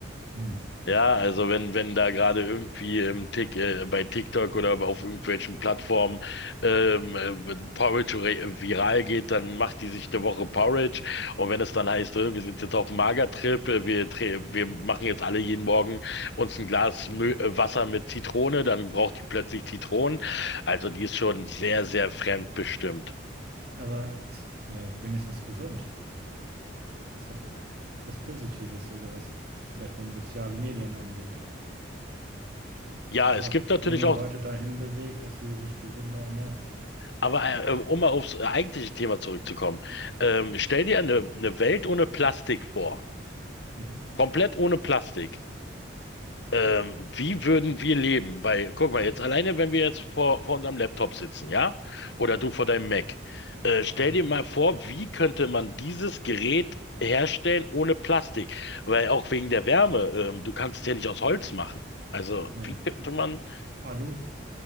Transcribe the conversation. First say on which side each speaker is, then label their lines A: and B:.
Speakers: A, on the right (about 50°); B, on the left (about 65°).
A: Mm.
B: Ja, also wenn, wenn da gerade irgendwie im Tick, äh, bei TikTok oder auf irgendwelchen Plattformen ähm, äh, Porridge re- viral geht, dann macht die sich eine Woche Porridge. Und wenn es dann heißt, äh, wir sind jetzt auf dem Magertrip, äh, wir, tre- wir machen jetzt alle jeden Morgen uns ein Glas Mö äh, Wasser mit Zitrone, dann braucht die plötzlich Zitronen. Also die ist schon sehr, sehr fremdbestimmt.
A: Aber es ist ja wenigstens gesund. Das ist auch was Positives sogar, was vielleicht dann soziale Medien angeht.
B: Ja,
A: Dass
B: es
A: es auch
B: gibt natürlich
A: junge
B: auch,
A: Leute dahin bewegt, dass sie sich gesünder ernähren.
B: aber äh, äh, um mal aufs eigentliche Thema zurückzukommen, ähm, stell dir eine, eine Welt ohne Plastik vor.
A: Mhm.
B: Komplett ohne Plastik. Ähm, wie würden wir leben? Weil, guck mal, jetzt alleine, wenn wir jetzt vor, vor unserem Laptop sitzen, ja? Oder du vor deinem Mac. Äh, stell
A: Ja,
B: dir mal vor, wie könnte man dieses Gerät herstellen ohne Plastik? Weil auch wegen der Wärme, ähm, du kannst es ja nicht aus Holz machen. Also,
A: nee.
B: wie könnte man.
A: Alu,